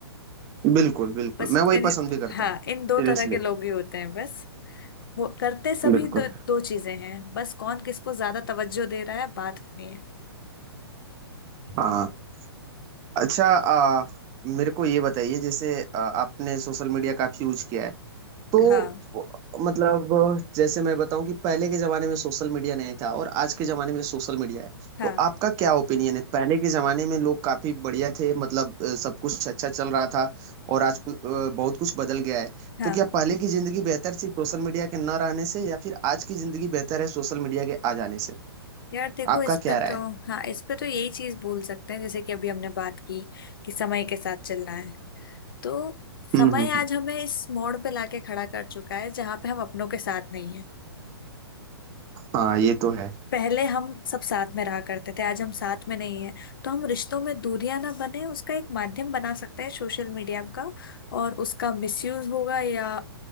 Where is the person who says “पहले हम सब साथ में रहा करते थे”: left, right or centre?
Left